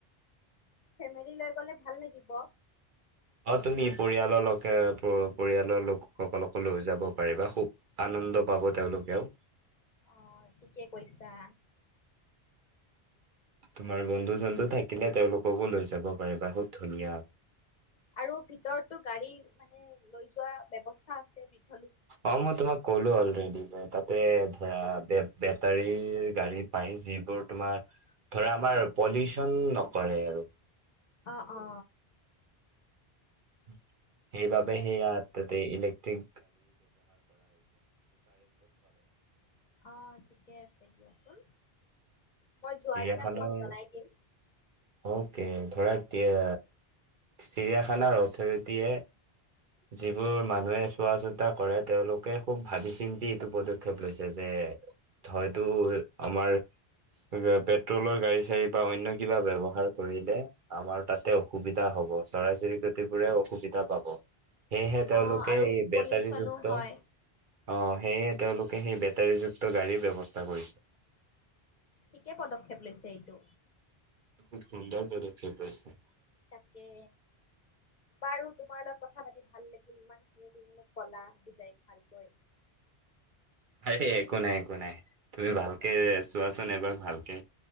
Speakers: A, on the left; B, on the right.
A: ফেমিলি লৈ গ'লে ভাল লাগিব।
B: অ তুমি পৰিয়ালৰ লকে পৰিয়ালৰ লোকসকলকো লৈ যাব পাৰিবা, খুব আনন্দ পাব তেওঁলোকেও।
A: অহ ঠিকে কৈছা।
B: তোমাৰ বন্ধু ছন্ধু থাকিলে তেওঁলোককো লৈ যাব পাৰিবা, খুব ধুনীয়া।
A: আৰু ভিতৰতো গাড়ী মানে, লৈ যোৱা ব্যৱস্থা আছে নেকি?
B: অ মই তোমাক ক'লো অলৰেডি যে, তাত। তে ধৰা, বেটাৰী গাড়ী পায় যিবোৰ তোমাৰ ধৰা, আমাৰ পলিউচন নকৰে আৰু।
A: অহ অ।
B: উম সেই
A: ঠিকে
B: বাবে সেয়া,
A: আছে
B: তাতে ইলেক ঠিক
A: অ', ঠিকেই আছে দিয়াচোন। মই যোৱাৰ
B: চিৰিয়াখানও,
A: দিনা তোমাক জনাই দিম।
B: অওকে। ধৰা এতিয়া, চিৰিয়াখানাৰ অথৰিটিটে যিবোৰ মানুহে চোৱা চিতা কৰে তেওঁলোকে খুব ভাবি চিন্তি এইটো পদক্ষেপ লৈছে যে হয়তো আমাৰ। পেট্ৰলৰ গাড়ী চাড়ী বা অন্য কিবা ব্যৱহাৰ কৰিলে আমাৰ তাতে অসুবিধা হব। চৰাই চিৰিকটিবোৰে অসুবিধা পাব। সেয়েহে
A: অ'
B: তেওঁলোকে
A: আৰু
B: এই
A: পলিউচনো
B: বেটাৰীযুক্ত।
A: হয়,
B: অ সেয়ে তেওঁলোকে সেই বেটাৰীযুক্ত গাড়ীৰ ব্যৱস্থা কৰিছে।
A: ঠিকে পদক্ষেপ লৈছে এইটো।
B: খুব সুন্দৰ পদক্ষেপ লৈছে।
A: তাকে, বাৰু তোমাৰ লগত কথা পাতি ভাল লাগিল। ইমান খিনি তুমি মোক কলা বুজাই ভালকৈ।
B: সে একো নাই, একো নাই। তুমি ভালকে চোৱাচোন এবাৰ ভালকে।